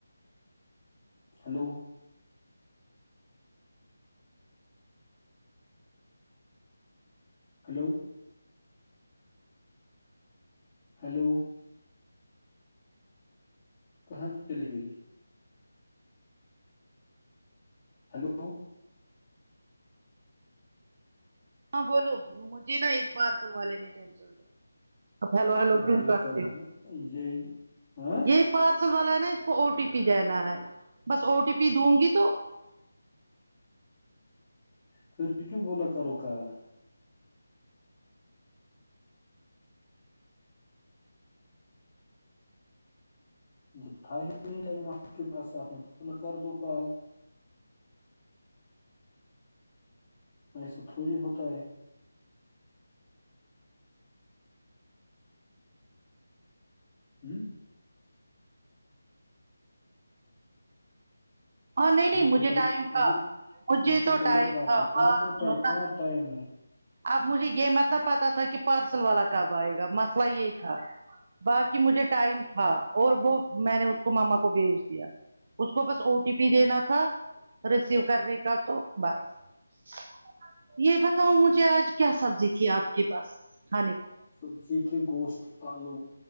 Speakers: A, on the left; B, on the right.
A: ہیلو ہلو ہیلو کہاں چلی گئی ہیلو
B: ہاں بولو مجھے نا اس پارسل والے نہیں ٹینشن ہلو ہیلو کین
A: دیکھا
B: کرتے
A: بھائی، یہی ہاں
B: یہ پارسل والا ہے نا اس کو او ٹی پی دینا ہے بس او ٹی پی دوں گی تو
A: خری کیم بولا کرو کال جپٹھ ہی ٹائم آپ کے پاس آپ نے بلا کر دو کال ایسا تھوڑی ہوتا ہے <inaudible>
B: ہاں نہیں نہیں
A: یہ تو
B: مجھے
A: غل
B: ٹائم تھا
A: یہ
B: مجھے
A: یہ تو غلط
B: ٹائم
A: بات
B: تھا
A: ہے کہ
B: بات
A: پر
B: سنو
A: کہہ
B: نا
A: ائم ہے
B: اب مجھے یہ متب پتتا تھا کہ پارسل والا کب آئے گا مسئلہ یہی تھا باقی مجھے ٹائم تھا اور وہ میں نے اس کو ماما کو بھیج دیا اس کو بس او ٹی پی دینا تھا ریسیو کرنے کا تو بس یہ بتاؤ مجھے آج کیا سبزی تھی آپ کے پاس کھانے کو
A: سبزی تھی گوشت آلو